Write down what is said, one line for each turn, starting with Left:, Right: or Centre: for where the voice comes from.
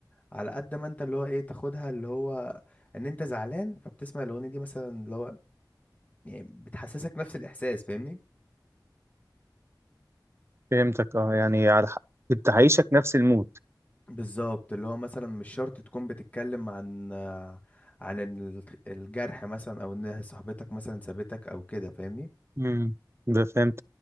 Left: على قد ما انت اللي هو ايه تاخدها اللي هو ان انت زعلان فبتسمع الاغنيه دي مثلا اللي هو يعني بتحسسك نفس الاحساس فاهمني
Right: فهمتك اه يعني على حق انت عايشك نفس المود
Left: بالظبط اللي هو مثلا مش شرط تكون بتتكلم عن عن ال- الجرح مثلا او ان صاحبتك مثلا سابتك او كده فاهمني
Right: امم ده فهمت